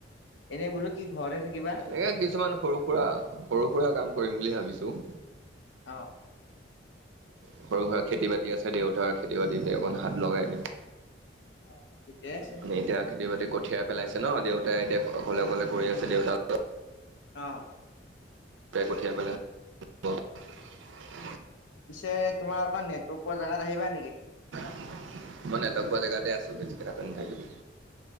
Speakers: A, on the left; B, on the right.
A: এনেই বোলো কি ঘৰতে থাকিবা?
B: এনেকে কিছুমান সৰু সুৰা সৰু সুৰা কাম কৰিম বুলি ভাবিছোঁ।
A: অ'।
B: সৰু সুৰা খেতি বাতি আছে দেউতাৰ খেতি বাতিতে অকণ হাত লগাই দিম।
A: অ', ঠিকে আছে।
B: মানে এতিয়া খেতি বাতি কঠিয়াই পেলাইছে ন' দেউতাই এতিয়া অকলে অকলে কৰি আছে দেউতাক
A: অ'।
B: কঠিয়াই পেলাই <unintelligible>
A: পিছে তোমাৰ অকণ নেটৱৰ্ক পোৱা জেগাত আহিবা নেকি?
B: ম নেটৱৰ্ক পোৱা জেগাতে আছোঁ বেছি কথা কৈ নাথাকিবি।